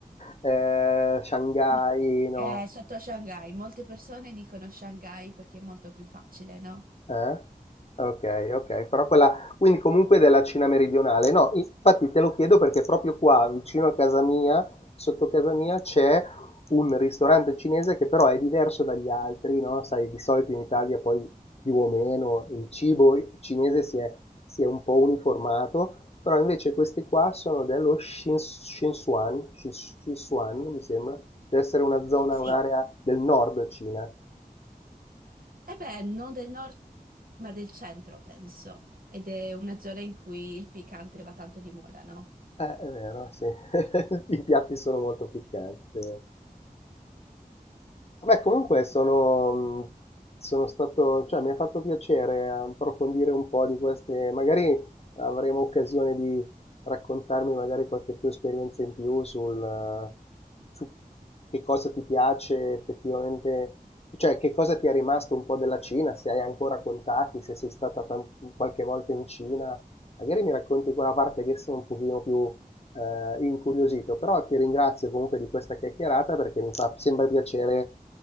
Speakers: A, on the left; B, on the right.
A: eh, Shanghai,
B: Mm.
A: no?
B: È sotto Shanghai. Molte persone dicono Shanghai perché è molto più facile, no?
A: Eh? Okay, okay, però quella quindi comunque della Cina meridionale. No, infatti te lo chiedo perché proprio qua vicino a casa mia, sotto casa mia, c'è un ristorante cinese che però è diverso dagli altri, no, sai, di solito in Italia poi più o meno il cibo cinese si è, si è un po' uniformato, però invece questi qua sono dello Shin- Sichuan, Sichuan, mi sembra, deve essere una zona,
B: Sì.
A: un'area del nord Cina.
B: Eh beh, non del nord, ma del centro, penso. Ed è una zona in cui il piccante va tanto di moda, no?
A: Eh, è vero, sì. <laughs> I piatti sono molto piccanti. Beh, comunque sono, mh, sono stato, cioè mi ha fatto piacere approfondire un po' di queste, magari avremo occasione di raccontarmi magari qualche più esperienza in più sul, eh, su che cosa ti piace effettivamente, cioè che cosa ti è rimasto un po' della Cina, se hai ancora contatti, se sei stata tan- qualche volta in Cina, magari mi racconti quella parte che sono un pochino più eh, incuriosito, però ti ringrazio comunque di questa chiacchierata perché mi fa sempre piacere